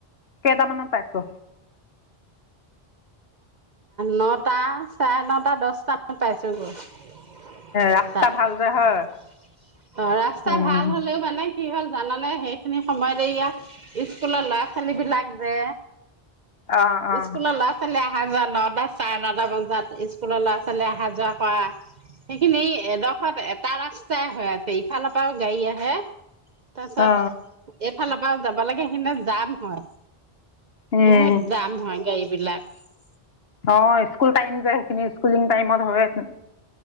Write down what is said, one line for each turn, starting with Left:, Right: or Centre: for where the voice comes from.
Left: কেইটামানত পাইছো।
Right: নটা, চাৰে নটা, দচটা মানত পাইছো গৈ।
Left: ৰাস্তা
Right: তাত
Left: ভাল
Right: অ',
Left: যে হয়
Right: ৰাস্তা
Left: উম
Right: ভাল হলেও মানে কি হ'ল জাননে? সেইখিনি সময়তে ইয়াত স্কুলৰ ল'ৰা ছোৱালী বিলাক যে
Left: অ অ
Right: স্কুলৰ লৰা ছোৱালী বিলাক যে অহা যোৱা নটা, চাৰে নটা বজাত স্কুলৰ ল'ৰা ছোৱালী অহা যোৱা কৰা সেইখিনি এডোখৰত এটা ৰাস্তাই হৈ আছে ইফালৰ পৰাও গাড়ী আহে তাৰপিছত
Left: অ
Right: এক ইফালৰ পৰা যাবা লাগে সেইখিনতে যাম হয়।
Left: উম
Right: বহুত যাম হয় গাড়ীবলাক। আ <inaudible>
Left: অ স্কুল টাইম যে সেইখিনি স্কুলিং টাইমত হয়চোন